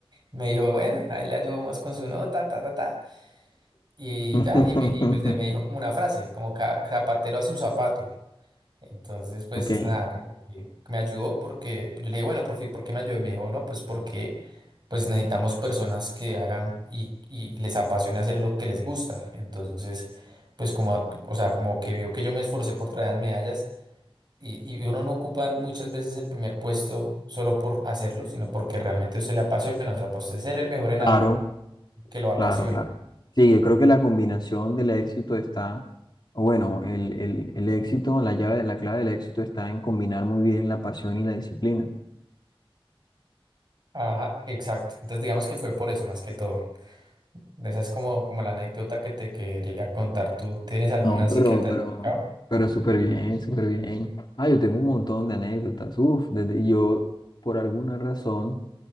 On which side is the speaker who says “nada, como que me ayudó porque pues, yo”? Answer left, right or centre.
Right